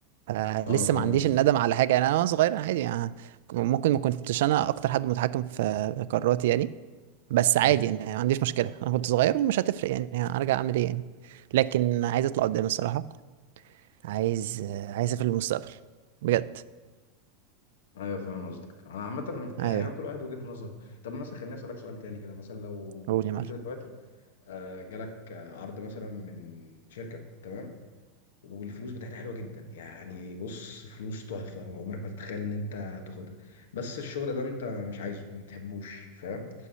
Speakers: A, on the right; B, on the left.
A: آه،
B: اه
A: لسه
B: فاهم
A: ما عنديش
B: قصدك
A: الندم على حاجه يعني انا وأنا صغير عادي يعني ممكن ما كنتش انا اكتر حد متحكم في قراراتي يعني بس
B: مم.
A: عادي يعني ما عنديش مشكله انا كنت صغير ومش هتفرق يعني هرجع اعمل ايه يعني لكن عايز اطلع قدام الصراحه عايز آه، عايز اسافر المستقبل بجد
B: ايوه فاهم قصدك انا عامه يعني
A: ايوه
B: هو كل واحد وجهة نظره طب مثلا خليني اسالك سؤال تاني كده مثلا لو
A: قول يا معلم
B: انت دلوقتي آه، جالك آه، عرض مثلا من شركه تمام والفلوس بتاعتها حلوه جدا يعني بص فلوس تحفه عمرك ما تتخيل ان انت تاخدها بس الشغل ده انت مش عايزه ما بتحبوش فاهم